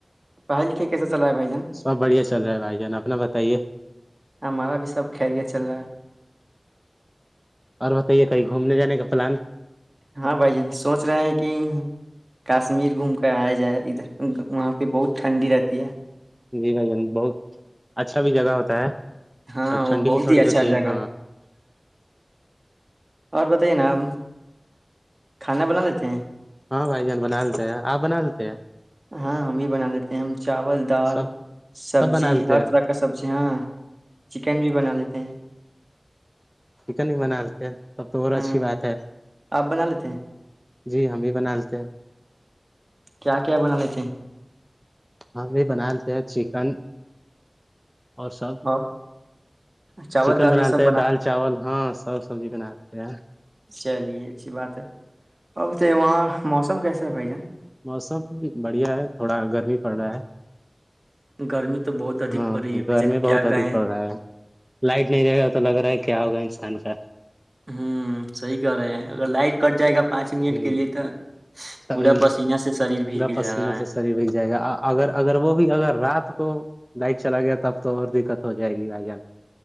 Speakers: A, on the right; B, in the centre.
A: پڑھائی لکھھی کیسے چل رہا ہے بھائی جن
B: سب بڑھیا چل رہا ہے بھائی جان اپنا بتائیے
A: ہمارا بھی سب کھا گیا چل رہا ہے
B: اور بتائیے کہیں گھومنے جانے کا پلان
A: ہاں بھائی جین سوچ رہے ہیں کہ کشمیر گھوم کر آیا جائے ادھر وہاں پہ بہت ٹھنڈی رہتی ہے
B: جی بھائی جان بہت اچھا بھی جگہ ہوتا ہے
A: ہاں
B: اور ٹھنڈی
A: وہ بہت
B: بھی تھوڑی
A: ہی اچھا
B: ہوتی
A: جگہ
B: ہاں
A: ہے اور بتائیے نا آب کھانا بنا لیتے ہیں
B: ہاں بھائی جان بنا لیتے ہیں آپ بنا لیتے ہیں
A: ہاں ہم بھی بنا لیتے ہیں ہم چاول دال
B: سب
A: سبزی
B: سب بنا لیتے
A: ہر
B: ہیں
A: طرح کا سبزی ہاں چکن بھی بنا لیتے ہیں
B: چکن ہی بنا لیتے سب تو اور
A: ہاں
B: اچھی بات ہے
A: آپ بنا لیتے ہیں
B: جی ہم بھی بناتے
A: کیا کیا بنا لیتے ہیں
B: ہم بھی بنا لیتے ہیں چکن اور سب
A: اور چاول
B: چکن
A: دال
B: بنا
A: یہ
B: لیتے
A: سب
B: ہیں دال چاول ہاں سب سبزی بنا لیتے ہیں
A: چلیے اچھی بات ہے اب تو وہاں موسم کیسا ہے بھائی جان
B: موسم بڑھیا ہے تھوڑا گرمی پڑ رہا ہے
A: گرمی تو بہت ادھک
B: ہاں
A: پڑ رہی ہے بھجن
B: گرمی
A: کیا
B: بہت
A: کہیں
B: ادھ پڑ رہا ہے لائٹ نہیں رہے گا تو لگ رہا ہے کہ کیا ہوگا انسان کا
A: ہوں صحیح کرہ رہے ہیں اگر لائٹ کٹ جائے گا پانچ منٹ
B: ہ
A: کے لیے تو
B: تب
A: پورا پسیینہ سے شریر بھیگ
B: پورا پسیینہ
A: جا رہا ہے
B: سے شریر بگ جائے گا اگر اگر وہ بھی اگر رات کو بائک چلا گیا تب تو اور دقت ہو جائے گی بھائی جان